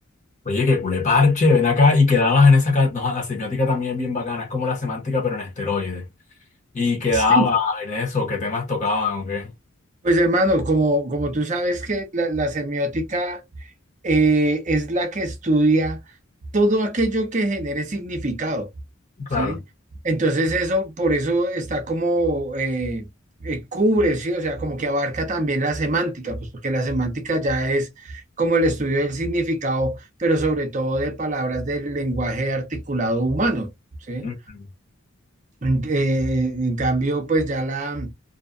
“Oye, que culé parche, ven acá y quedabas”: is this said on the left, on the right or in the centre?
Left